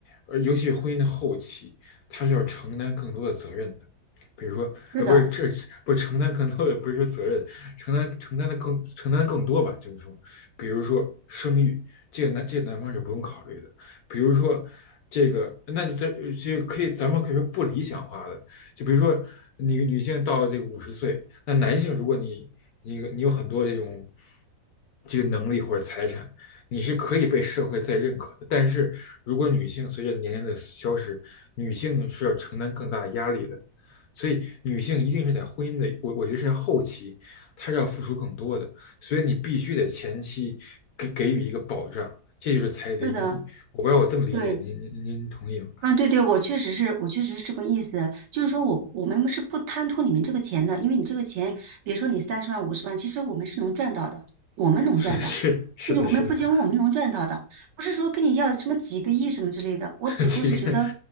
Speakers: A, on the left; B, on the right.
A: 呃，尤其是婚姻的后期，她是要承担更多的责任的。比如说，
B: 是的，
A: 呃，不是这不是承担更多的，不是说责任，承担承担的更承担更多吧，就是说，比如说生育，这个男这个男方是不用考虑的。比如说这个，那这这个可以咱们可以说不理想化的。就比如说你女性到了这个五十岁，那男性如果你你你有很多这种这个能力或者财产，你是可以被社会再认可的。但是如果女性随着年龄的消失，女性是要承担更大的压力的，所以女性一定是在婚姻的，我我觉得是在后期，她是要付出更多的，所以你必须得前期给给予一个保障，这就是彩礼的意义。
B: 是的，
A: 我不知道我这么理解，
B: 对。
A: 您您您同意吗？
B: 啊，对对，我确实是，我确实是这个意思，就是说我我们是不贪图你们这个钱的，因为你这个钱，比如说你三十万、五十万，其实我们是能赚到的，我们能赚到，
A: <laughs> 是是是的，
B: 就是我们不仅我们能赚到的，
A: 是的。
B: 不是说跟你要什么几个亿什么之类的，我只不过是觉得，
A: <laughs> 这个